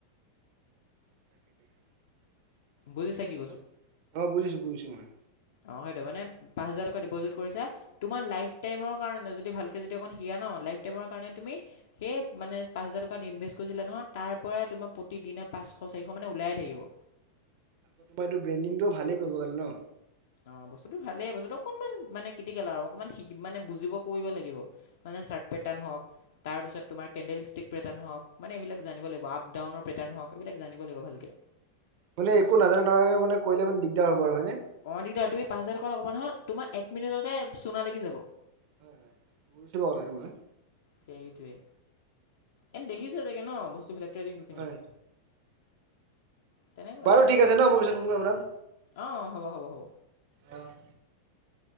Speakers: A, on the right (about 45°); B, on the left (about 55°).
A: <unintelligible>
B: বুজিছা কি
A: অ' বুজিছো বুজিছো ময়।
B: অ' হেতো মানে পাঁচ হাজাৰ টকা ডিপজিত কৰিচা তোমাৰ লাইফ টাইমৰ কাৰনে যদি ভালকে যদি অকন <unintelligible> ন লাইফ টাইমৰ কাৰণে তুমি সেই মানে পা‍ঁচ হাজাৰ টকাট ইনভেচ কৰিছিলা নহয় তাৰ পৰাই তোমাক প্ৰতিদিন এনে পাঁচশ চাৰিশ মানে ওলাই থাকিব।
A: আকৌ তোমাৰ <unintelligible> ভালেই কৰিব গ'লে ন।
B: অ', বস্তুতটো ভালেই বস্তুটো অকনমান মানে কিটি কেল আৰু অকমান শিকিব মানে বুজিব <unintelligible> লাগিব। মানে
A: হয়
B: চাৰ্ট
A: হয়
B: <unintelligible> হক। তাৰ পিছত তোমাৰ কেণ্ডেলষ্টিক <unintelligible> হক মানে এইবিলাক জানিব লাগিব আপদাউনৰ <unintelligible> হক এইবিলাক জানিব লাগিব ভালকে।
A: মানে একো নাজানাকে মানে কৰিলে মানে দিগদাৰ হ'ব আৰু হয় নে।
B: অ' দিগদাৰ তুমি পাঁচ হাজাৰ টকা লগাবা নহয় তোমাক এক মিনিটতে চোনা লাগি যাব।
A: হয়-হয় বুজিছো বাৰু কথাটো ময়।
B: সেইটোৱে এনে দেখিছা চাগে ন বস্তুবিলাক ট্ৰেডিংটো কেনেকুৱা।
A: হয়
B: তেনেকুৱাই
A: বাৰু
B: আৰু
A: ঠিক আছে ন মই পিছত ফোন কৰিম আপোনাক।
B: অ', হ'ব-হ'ব-হ'ব।
A: অ'।